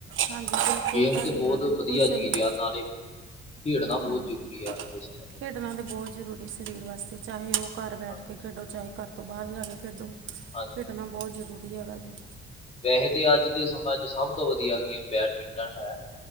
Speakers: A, on the right; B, on the left.
A: ਹਾਂਜੀ ਬਿਲਕੁਲ
B: ਗੇਮ
A: ਤੁਹਾਡੀ
B: ਤੇ ਬਹੁਤ
A: ਗੱਲ ਬਿਲਕੁਲ
B: ਵਧੀਆ
A: ਸਹੀ
B: ਚੀਜ਼
A: ਹੈ
B: ਆ ਨਾਲੇ ਖੇਡਣਾ ਬਹੁਤ
A: ਹਾਂਜੀ
B: ਜ਼ਰੂਰੀ ਆ ਅੱਜ ਦੇ ਸਮੇ
A: ਖੇਡਣਾ ਤਾਂ ਬਹੁਤ ਜ਼ਰੂਰੀ ਸਰੀਰ ਵਾਸਤੇ ਚਾਹੇ ਉਹ ਘਰ
B: 'ਚ
A: ਬੈਠ
B: ਹਾਂਜੀ
A: ਕੇ ਖੇਡੋ ਚਾਹੇ ਘਰ ਤੋਂ ਬਾਹਰ ਜਾ ਕੇ ਖੇਡੋ
B: ਹਾਂਜੀ
A: ਖੇਡਣਾ ਬਹੁਤ ਜ਼ਰੂਰੀ ਹੈਗਾ ਜੀ।
B: ਵੈਸੇ ਤੇ ਅੱਜ ਦੇ ਸਮਾਂ ਚ ਸਭ ਤੋਂ ਵਧੀਆ ਗੇਮ ਬੈਡਮਿੰਟਨ ਹੈ।